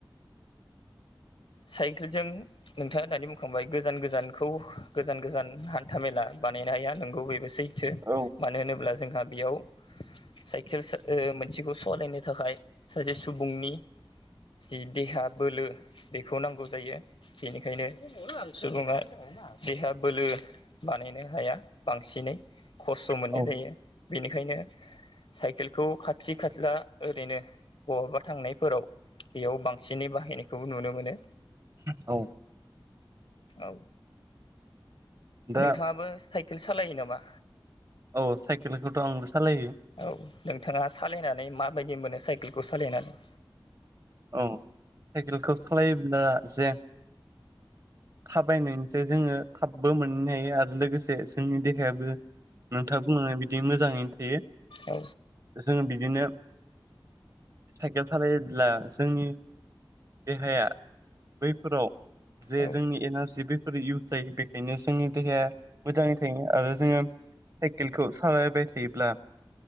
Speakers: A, on the left (about 80°); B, on the right (about 40°).
A: साइकेलजों नोंथाङा दानि बुंखांबाय गोजान गोजानखौ गोजान गोजान हान्था मेला बानायनो हाया नोंगौ बबो सैथो
B: औ
A: मानो होनोब्ला जोंहा बेयाव साइकेल मोनसेखौ सालायनो थाखाय सासे सुबुंनि जिदि हाबोलो बेखौ नांगौ जायो बेनिखायनो सुबुङा देहा बोलो बानाय नो हाया बांसिनै खस्थ' मोननाय
B: औ
A: जायो बेनिखायनो साइकेलखौ खाथि खाथिला ओरैनो बहाबा थांनायफोराव बेयाव बांसिनै बाहायनायखौबो नुनो मोनो।
B: औ
A: औ
B: दा
A: नोंथाङाबो साइकेल सालायो नामा?
B: औ साइकेलखौथ' आंबो सालायो
A: औ नोंथाङा सालायनानै माबायदि मोनो साइकेलखौ सालायनानै
B: औ साइकेलखौ सालायोब्ला जे थाबायनायस जोङो थाबबो मोननो हायो आरो लोगोसे जोंनि देहायाबो नोंथाङा बुंङो बिदि मोजाङैनो थायो।
A: औ
B: जों बिदिनो साइकेल सालायोब्ला जोंनि देहाया बैफोराव जे
A: औ
B: जोंनि एनारजि बेफोर इउस जायो बेखायनो जोंनि देहाया मोजाङै थायो। आरो जोङो साइकेलखौ सालायबाय थायोब्ला